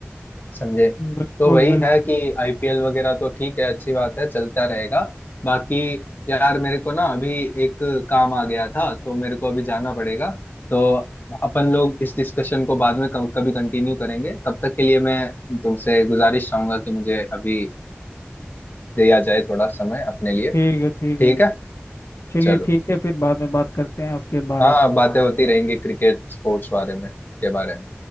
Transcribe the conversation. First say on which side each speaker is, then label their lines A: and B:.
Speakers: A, on the left; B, on the left.
A: समझे
B: बिल्कुल
A: तो वही
B: बिल्कुल
A: है कि आईपीएल वगैरह तो ठीक है अच्छी बात है चलता रहेगा बाकी यार मेरे को ना अभी एक काम आ गया था तो मेरे को अभी जाना पड़ेगा तो अपन लोग इस डिस्कशन को बाद में कभी कभी कंटिन्यू करेंगे तब तक के लिए मैं तुमसे गुजारिश चाहूंगा कि मुझे अभी दिया जाए थोड़ा समय अपने लिए
B: ठीक है ठीक
A: ठीक
B: है
A: है
B: चलिए
A: चलो
B: ठीक है फिर बाद में बात करते हैं ओके बाय
A: हाँ बातें होती रहेंगी क्रिकेट स्पोर्ट्स बारे में के बारे में